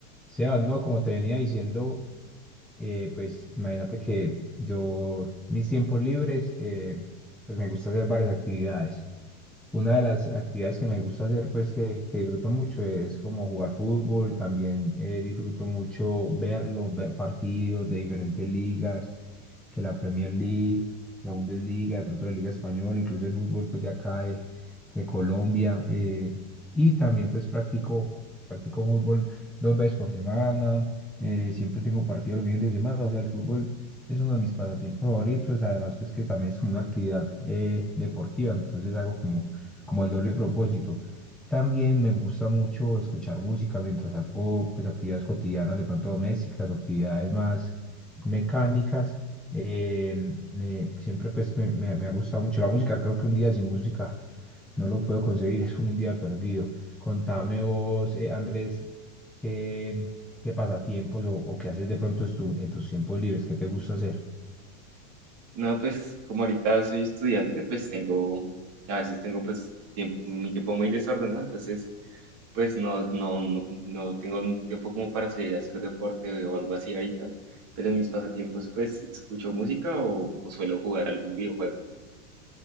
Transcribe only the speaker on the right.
No, pues como ahorita soy estudiante, pues tengo, a veces tengo pues tiemp- mi tiempo muy desordenado, entonces pues no, no, no, no tengo un tiempo como para salir a hacer deporte o algo así ahorita, pero en mis pasatiempos pues escucho música o, o suelo jugar algún videojuego.